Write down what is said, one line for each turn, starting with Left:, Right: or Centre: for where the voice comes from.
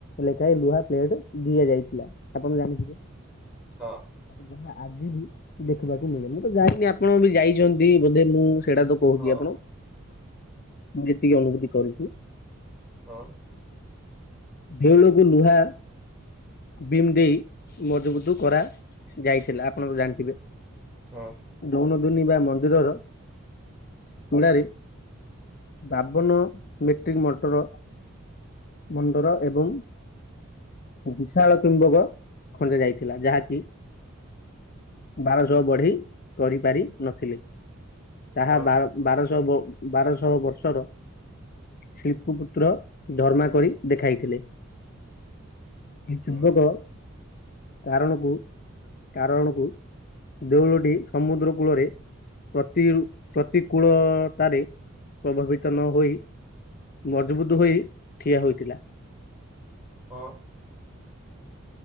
Left: ଲେଖାଏ ଲୁହା ପ୍ଲେଟ ଦିଆଯାଇଥିଲା ଆପଣ ଜାଣିଥିବେ?
Centre: ତ
Left: ଯାହା ଆଜି ବି ଦେଖିବାକୁ ମିଳେ ମୁଁ ତ ଯାଇନି ଆପଣ ବି ଯାଇଛନ୍ତି ବୋଧେ ମୁଁ ସେଇଟା କୁ କହୁଚି
Centre: ହଁ
Left: ଆପଣ ମୁଁ ଯେତିକି ଅନୁଭୂତି କରିଚି।
Centre: ହଁ।
Left: ଦେଉଳକୁ ଲୁହା ବିମ୍ ଦେଇ ମଜବୁତ କରା ଯାଇଥିଲା ଆପଣ ବି ଜାଣିଥିବେ?
Centre: ତ
Left: ଦୌନ ଦୁନି ବା ମନ୍ଦିରର <unintelligible> ବାବନ ମେଟ୍ରିକ ମଟର ମୁଣ୍ଡର ଏବଂ ବିଶାଳ କିମ୍ବକ ଖଞ୍ଜା ଯାଇଥିଲା ଯାହାକି ବାରଶହ ବଢେଇ କରିପାରି ନଥିଲେ ତାହା
Centre: ହଁ
Left: ବାର ବାରଶହ ବ ବାରଶହ ବର୍ଷର ଶିଳ୍ପପୁତ୍ର ଧର୍ମା କରି ଦେଖାଇଥିଲେ। ଏ
Centre: ହଁ
Left: ଚୁମ୍ବକ କାରଣକୁ କାରଣକୁ, ଦେଉଳଟି ସମୁଦ୍ର କୂଳରେ ପ୍ରତି-ପ୍ରତିକୂଳତାରେ, ପ୍ରଭାବିତ ନ ହୋଇ ମଜବୁତ୍ ହୋଇ ଠିଆ ହୋଇଥିଲା।
Centre: ହଁ।